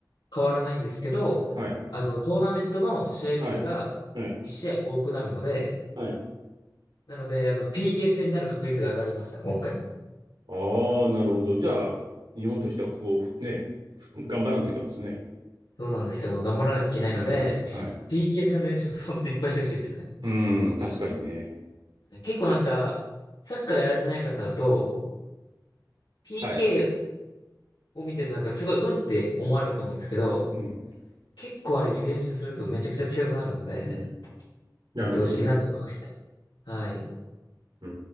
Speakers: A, on the left; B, on the right.
A: 変わらないんですけど、
B: はい。
A: あの、トーナメントの試合数が1試合多くなるので、
B: はい。はい。はい。
A: なので、あの、PK 戦になる確率が上がりました、今回。
B: ああ、なるほど。じゃあ、日本としてはここをふね、ふ頑張らんといかんですね。
A: そうなんですよ。頑張らないといけないので、
B: うん、はい。
A: PK 戦の練習をほといっぱいしてほしいですね。
B: うん、確かにね。
A: 結構なんか、サッカーやられてない方だと、PK
B: はい。
A: を見ててなんかすごい運って思われると思うんですけど、
B: うん、
A: 結構あれ練習するとめちゃくちゃ強くなるので、
B: うん、なるほどね。
A: やってほしいなって思いますね。はい。
B: う